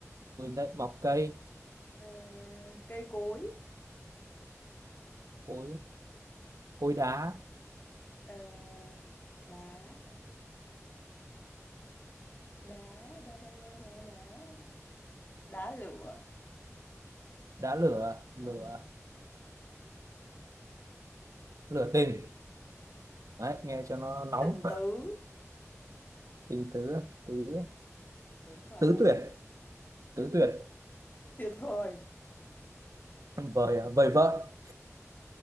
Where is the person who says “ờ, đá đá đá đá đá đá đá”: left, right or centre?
Left